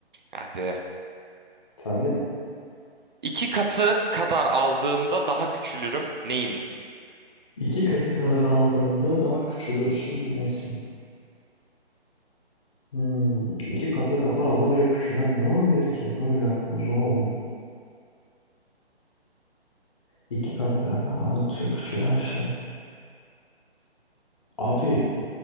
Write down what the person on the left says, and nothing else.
Sen de
iki katı kadar aldığında daha küçülürsün nesin? Hmm, iki katı kadar alınca küçülen ne olabilir ki? Dur bir dakika bu zor oldu. İki katı kadar alınca küçülen şey. Abi